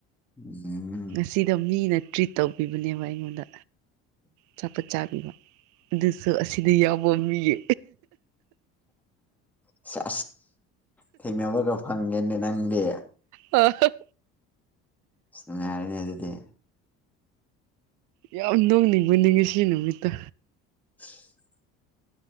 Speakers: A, in the centre; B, on the right.
A: ꯎꯝ
B: ꯁꯤꯗ ꯃꯤꯅ ꯇ꯭ꯔꯤꯠ ꯇꯧꯕꯤꯕꯅꯦꯕ ꯑꯩꯉꯣꯟꯗ ꯆꯄꯠ ꯆꯥꯕꯤꯕ ꯑꯗꯨꯁꯨ ꯑꯁꯤꯗ ꯌꯥꯎꯕ ꯃꯤꯒꯤ
A: ꯑꯁ ꯊꯦꯡꯅꯕꯒ ꯐꯪꯒꯦꯅꯦ ꯅꯪꯗꯤ
B: ꯑ
A: ꯉꯔꯅꯦ ꯑꯗꯨꯗꯦ
B: ꯌꯥꯝ ꯅꯣꯡꯅꯤꯡꯕ ꯅꯤꯡꯉꯤ ꯁꯤ ꯅꯨꯃꯤꯠꯇ
A: ꯎ